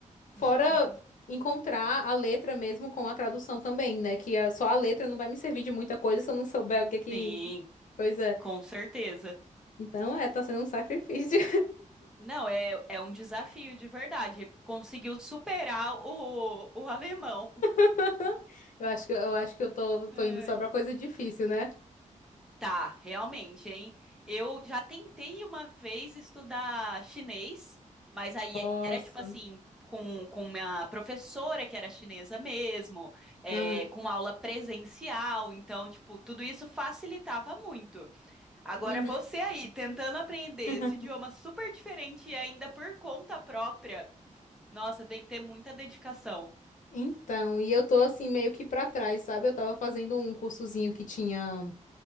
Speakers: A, on the left (about 75°); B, in the centre.
A: Fora
B: <laughs>
A: encontrar a letra mesmo com a tradução também, né? Que a- só a letra não vai me servir de muita coisa se eu não souber o que é que
B: Sim,
A: coisa é.
B: com certeza.
A: Então, é, tá sendo um sacrifício.
B: Não, é, é um desafio de verdade. Conseguiu superar o, o alemão.
A: <laughs> Eu acho que eu acho que eu tô, tô
B: Ai.
A: indo só pra coisa difícil, né?
B: Tá, realmente, hein? Eu já tentei uma vez estudar chinês, mas aí
A: Nossa.
B: era tipo assim, com, com minha professora que era chinesa mesmo, é,
A: Aham.
B: com aula presencial, então, tipo, tudo isso facilitava muito. Agora
A: Uhum.
B: você aí, tentando aprender
A: <laughs>
B: esse idioma super diferente e ainda por conta própria, nossa, tem que ter muita dedicação.
A: Então, e eu tô assim meio que pra trás, sabe? Eu tava fazendo um cursozinho que tinha